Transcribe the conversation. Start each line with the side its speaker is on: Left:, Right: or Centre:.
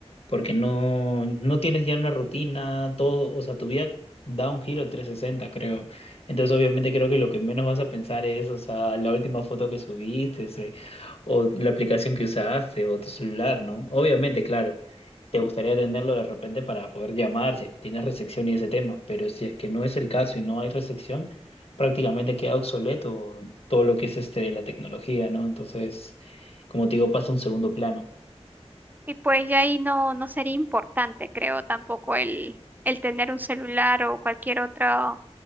Left: Porque no, no tienes ya una rutina, todo, o sea, tu vida da un giro de 360 creo. Entonces, obviamente, creo que lo que menos vas a pensar es, o sea, la última foto que subiste, ese, o la aplicación que usaste, o tu celular, ¿no? Obviamente, claro te gustaría tenerlo de repente para poder llamar si es que tienes resección y ese tema, pero si es que no es el caso y no hay resección, prácticamente queda obsoleto todo lo que es este de la tecnología, ¿no? Entonces, como te digo, pasa a un segundo plano.
Right: Y pues ya ahí no, no sería importante, creo, tampoco el, el tener un celular o cualquier otro